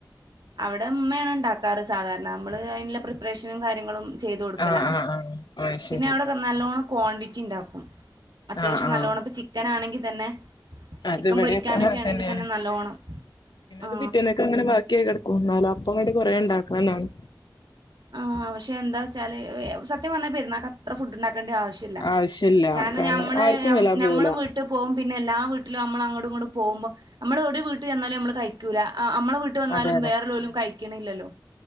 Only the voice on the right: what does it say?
അവിടെ ഉമ്മയാണ് ഉണ്ടാക്കാറ് സാധാരണ നമ്മള് അയിനുള്ള പ്രിപ്പറേഷനും കാര്യങ്ങളും. ചെയ്ത് കൊടുക്കലാണ്
പിന്നെ അവിടെ നല്ലോണ്ണം ക്വാണ്ടിറ്റി ഉണ്ടാക്കും. അത്യാവശ്യം
നല്ലേണ്ണം ഇപ്പ ചിക്കൻ ആണെങ്കിൽ തന്നെ.
ചിക്കൻ
പൊരിക്കാനൊക്കെ
ആണെങ്കിൽ
തന്നെ നല്ലോണം
ആ
ആ പക്ഷെ എന്താ വച്ചാൽ സത്യം പറഞ്ഞാ പെരുന്നാൾക്ക് അത്ര ഫുഡ് ഉണ്ടാക്കേണ്ട ആവശ്യം. ശ്യല്ല
കാരണം ഞമ്മൾ
ഞമ്മളും
വീട്ടി പോകും പിന്നെ എല്ലാ വീട്ടിലും നമ്മൾ അങ്ങട്ടും ഇങ്ങട്ടും പോകുമ്പോ നമ്മൾ ഒരു വീട്ടിൽ ന്ത്‌ തന്നാലും നമ്മള് കഴിക്കൂല അ അ നമ്മളെ വീട്ട് വന്നാലും
വേറെല്ലോലും കഴിക്കണില്ലല്ലോ.